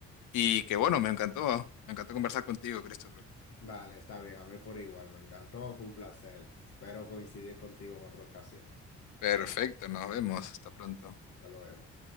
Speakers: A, on the left; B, on the left.
A: Y que bueno, me encantó, me encantó conversar contigo, Christopher.
B: Vale, está bien, a mí por igual, me encantó, fue un placer. Espero coincidir contigo en otra ocasión.
A: Perfecto, nos vemos, hasta pronto.
B: Hasta luego.